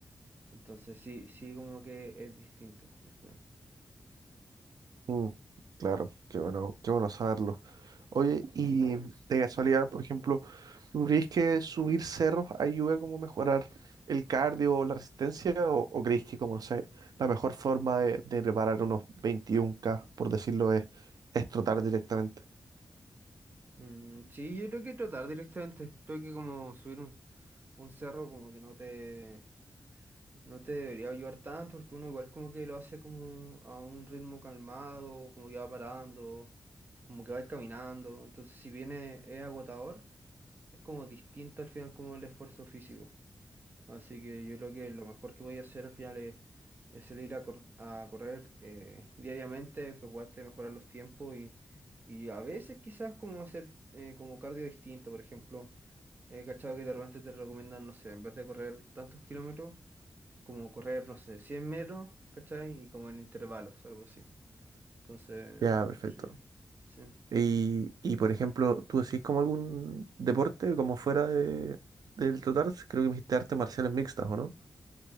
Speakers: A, on the right; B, on the right.
A: Entonces sí, sí como que es distinto al final.
B: Mm, claro, qué bueno, qué bueno saberlo. Oye, y de casualidad, por ejemplo, ¿tú crees que subir cerros ayuda como a mejorar el cardio o la resistencia? ¿O, o crees que, como no sé, la mejor forma de, de preparar unos 21K, por decirlo, es, es trotar directamente?
A: Mm, sí, yo creo que trotar directamente. Creo que como subir un, un cerro como que no te, no te debería ayudar tanto porque uno igual como que lo hace como a un ritmo calmado, como que va parando, como que va caminando. Entonces si bien es, es agotador, es como distinto al final como el esfuerzo físico. Así que yo creo que lo mejor que voy a hacer al final es, es salir a, cor- a correr eh, diariamente, preocuparte de mejorar los tiempos y, y a veces quizás como hacer eh, como cardio distinto. Por ejemplo, he cachado que de repente te recomiendan, no sé, en vez de correr tantos kilómetros, como correr, no sé, 100 metros, ¿cachai? Y como en intervalos, algo así. Entonces,
B: Ya, perfecto.
A: sí, sí.
B: Y, y, por ejemplo, ¿tú decís como algún deporte como fuera de, del total? Creo que me dijiste artes marciales mixtas, ¿o no?